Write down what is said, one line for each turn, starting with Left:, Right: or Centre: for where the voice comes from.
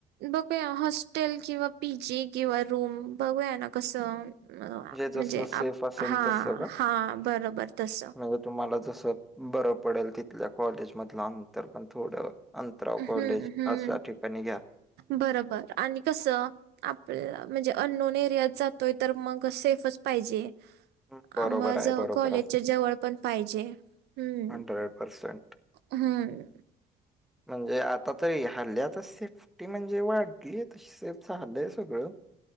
Right: बघूया हॉस्टेल किंवा पी जी किंवा रूम बघूया ना कसं म्हणजे
Centre: जसं सेफ असेल
Right: हा
Centre: तसं का?
Right: हा बरोबर तस
Centre: म्हणजे तुम्हाला जसं बरं पडेल तिथल्या कॉलेजमधलं नंतर पण थोडं अंतराव
Right: हं,
Centre: कॉलेज
Right: हं.
Centre: अशा ठिकाणी घ्या
Right: बरोबर आणि कसं आपला म्हणजे अननोन एरियात जातोय तर मग सेफच पाहिजे
Centre: हम्म,
Right: आ
Centre: बरोबर आहे, बरोबर
Right: कॉलेजच्या
Centre: आहे.
Right: जवळ पण पाहिजे हम्म
Centre: हंड्रेड पर्सेंट.
Right: हम्म
Centre: म्हणजे आता तरी हल्ल्यातच सेफ्टी म्हणजे वाढ आहे त सेफच हल्लंय सगळं